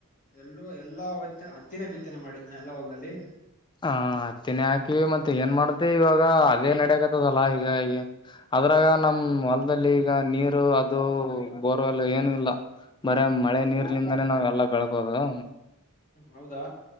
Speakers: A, on the left; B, on the left.
A: ಎಲ್ಲೂ ಎಲ್ಲಾ ಒತ್ತ ಹತ್ತಿನ ಬಿತ್ತನೆ ಮಾಡಿದ್ದ್ನ ಎಲ್ಲ ಹೊಲ್ದಲ್ಲಿ
B: ಹಾ ಹತ್ತಿನೇ ಹಾಕಿವ ಮತ್ತೆ ಏನ್ ಮಾಡತಿ ಇವಾಗ ಅದೇ ನಡಕತದಲ್ಲಾ ಈಗ ಅದ್ರಾಗ ನಮ ಹೊಲದಲ್ಲಿ ಈಗ ನೀರು ಅದು ಬೋರ್ವೆಲ್ಲ ಏನು ಇಲ್ಲ ಬರ ಮಳೆ ನೀರ್ಲಿಂದನೇ ನಾವ್ ಎಲ್ಲಾ ಬೆಳಕೋದು
A: ಹೌದಾ